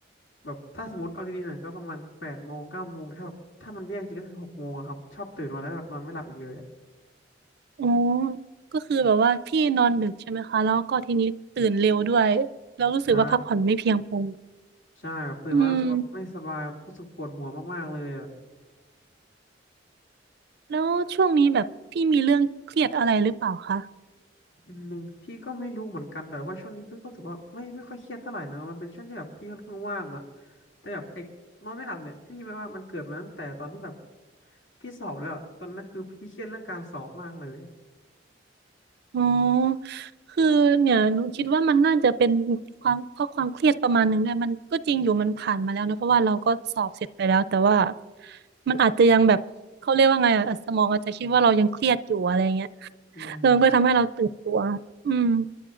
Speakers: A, on the left; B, on the right.
A: แบบถ้าสมมติเอาดีๆหน่อยก็ประมาณแปดโมงเก้าโมงถ้าแบบถ้ามันแย่จริงก็คือหกโมงอะครับชอบตื่นมาแล้วก็แบบนอนไม่หลับอีกเลยอะ
B: อ๋อก็คือแบบว่าพี่นอนดึกใช่ไหมคะแล้วก็ทีนี้ตื่นเร็วด้วยแล้วรู้สึกว่าพักผ่อนไม่เพียงพอ
A: ใช่ใช่แบบตื่นมารู้สึกว่าไม่สบายรู้สึกปวดหัวมากๆเลย
B: อืมแล้วช่วงนี้แบบพี่มีเรื่องเครียดอะไรหรือเปล่าคะ
A: อืมพี่ก็ไม่รู้เหมือนกันแต่ว่าช่วงนี้พี่ก็รู้สึกว่าไม่ไม่ค่อยเครียดเท่าไหร่นะมันเป็นช่วงที่แบบพี่ค่อนข้างว่างอะแต่แบบไอ้นอนไม่หลับเนี่ยพี่ไม่ว่ามันเกิดมาตั้งแต่ตอนที่แบบพี่สอบแล้วอะตอนนั้นคือพี่เครียดเรื่องการสอบมากเลย
B: อ๋อคือเนี่ยหนูคิดว่ามันน่าจะเป็นความเพราะความเครียดประมาณหนึงด้วยมันก็จริงอยู่มันผ่านมาแล้วนะเพราะว่าเราก็สอบเสร็จไปแล้วแต่ว่ามันอาจจะยังแบบเขาเรียกว่าไงอะสมองอาจจะคิดว่าเรายังเครียดอยู่อะไรเงี้ย
A: อืม
B: แล้วมันก็ทำให้เราตื่นตัว อืม